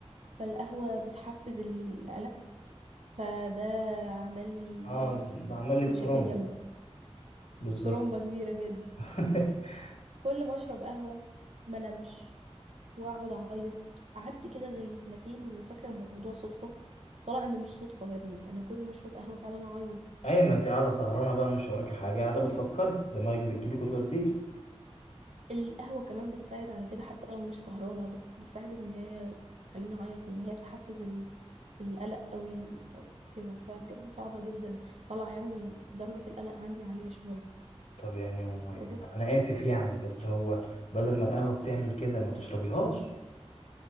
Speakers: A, on the right (about 75°); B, on the left (about 80°).
A: فالقهوة بتحفز القلق فده عمل لي
B: اه ده عمل لك
A: مشاكل
B: ترومبا
A: جامدة
B: بالظبط
A: ترومبة كبيرة جدا
B: <laughs>
A: كل ما اشرب قهوة ما نمش واقعد اعيط قعدت كده زي سنتين وفاكرة الموضوع صدفة طلع ان مش صدفة يا ابني انا كل ما اشرب قهوة فعلا اعيط
B: ايوه ما انت قاعده سهرانه بقى مش وراكي حاجه قاعده بتفكري دماغك بتجيبك وتوديكي
A: القهوة كمان بتساعد على كده حتى لو مش سهرانة بت- بتساعد ان هي تخليني اعيط لان هي بتحفز ال- القلق قوي او كده فبجد صعبة جدا طلع يعني درجة القلق عندي عالية شوية
B: طب يعني هو يعني
A: بجد
B: انا اسف يعني بس هو بدل ما القهوه بتعمل كده ما تشربيهاش